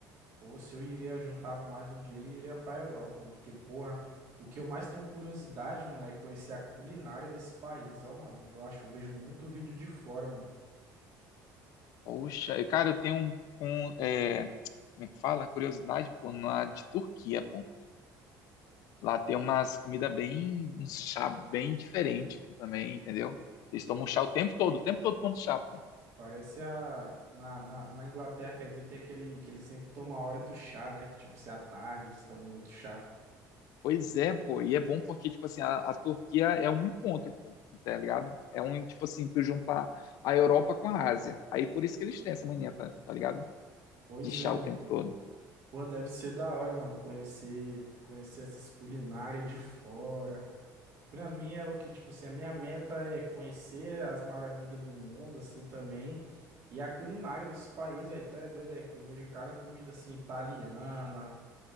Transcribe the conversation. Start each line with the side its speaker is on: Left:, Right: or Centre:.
Right: ou se eu iria juntava mais um dinheiro e iria pra Europa, mano. Porque, porra, o que eu mais tenho curiosidade, mano, é conhecer a culinária desse país, ó, mano. Eu acho, eu vejo muito vídeo de fora, mano.
Left: Poxa, e, cara, eu tenho um, um, é, como é que fala? Curiosidade, pô, na de Turquia, pô. Lá tem umas comidas bem, um chá bem diferente, pô, também, entendeu? Eles tomam chá o tempo todo, o tempo todo tomando chá, pô.
Right: Parece a. Na, na, na Inglaterra, quer dizer, tem aquele que eles sempre tomam a hora do chá, né? Que tipo assim, à tarde eles tomam muito chá.
Left: Pois é, pô, e é bom porque, tipo assim, a, a Turquia é um encontro, pô, tá ligado? É um, tipo assim, tu juntar a Europa com a Ásia. Aí por isso que eles têm essa mania, tá, tá ligado?
Right: Pois
Left: De chá
Right: é, mano.
Left: o tempo todo.
Right: Pô, deve ser da hora, mano, conhecer, conhecer essas culinárias de fora. Pra mim é o que, tipo assim, a minha meta é conhecer as maravilhas do mundo, assim, também. E a culinária desse país aí, tu é doido, é que eu vejo cada comida, assim, italiana.